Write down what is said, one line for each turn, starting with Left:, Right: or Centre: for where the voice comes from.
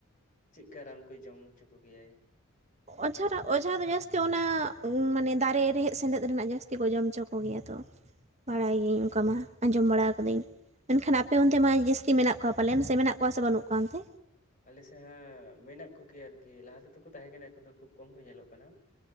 Left: ᱪᱮᱫᱠᱟ ᱨᱟᱱ ᱠᱚᱭ ᱡᱚᱢ ᱚᱪᱚ ᱠᱚᱜᱮ ᱭᱟᱭ
Right: ᱚᱡᱷᱟ ᱨᱟ ᱚᱡᱷᱟ ᱫᱚ ᱡᱟᱹᱥᱛᱤ ᱚᱱᱟ ᱢᱟᱱᱮ ᱫᱟᱨᱮ ᱨᱮᱦᱮᱫ ᱥᱮᱸᱫᱮᱫ ᱨᱮᱱᱟᱜ ᱡᱟᱹᱥᱛᱤ ᱠᱚ ᱡᱚᱢᱪᱚ ᱠᱚᱜᱮᱭᱟ ᱛᱚ
Left: <inaudible>
Right: ᱵᱟᱲᱟᱭ ᱜᱤᱭᱟᱹᱧ
Left: ᱦᱩᱸ᱾
Right: ᱚᱱᱠᱟ ᱢᱟ ᱟᱸᱡᱚᱢ ᱵᱟᱲᱟ ᱠᱟᱹᱫᱟᱹᱧ ᱢᱮᱱ ᱠᱷᱟᱱ ᱟᱯᱮ ᱚᱱᱛᱮ ᱢᱟᱸ ᱡᱟᱹᱥᱛᱤ ᱢᱮᱱᱟᱜ ᱠᱚᱣᱟ ᱯᱟᱞᱮᱱ ᱥᱮ ᱢᱮᱱᱟᱜ ᱠᱚᱣᱟ ᱥᱮ ᱵᱟᱹᱱᱩᱜ ᱠᱚᱣᱟ ᱚᱱᱛᱮ
Left: ᱟᱞᱮ ᱥᱮᱫ ᱦᱟᱸ ᱢᱮᱱᱟᱜ ᱠᱚ ᱜᱮᱭᱟ ᱟᱨᱠᱤ ᱞᱟᱦᱟ ᱛᱮᱫᱚ ᱠᱚ ᱛᱟᱦᱮᱸ ᱠᱟᱱᱟ ᱮᱠᱷᱚᱱ ᱫᱚ ᱠᱷᱩᱵᱽ ᱠᱚᱢ ᱠᱚ ᱧᱮᱞᱚᱜ ᱠᱟᱱᱟ